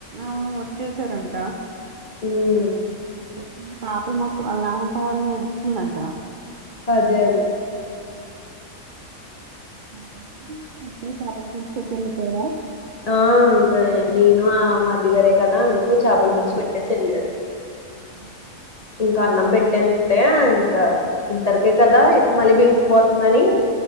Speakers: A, on the right (about 70°); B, on the left (about 40°).
A: అవ్ వచ్చేసారంట
B: మ్మ్
A: చెప్పింది పాపలు మాత్రం వాళ్ళ నాన్న కావాలని ఏడుస్తుంది అంట
B: అదే అదే
A: ఆ ఇంకేంటి అత్తయ్య చేపల పుల్చు పెట్టి వెళ్ళిపోయార
B: ఆ ఇంకా నేను ఆ మరిదిగారే కదా అందుకు చేపలు పుల్చు పెట్టేసి వెళ్ళారు
A: మ్మ్
B: ఇంకా అన్నం పెట్టాను ఇప్పుడే ఇంకా ఇద్దరికే కదా మళ్ళీ బిగిసి పోతుందని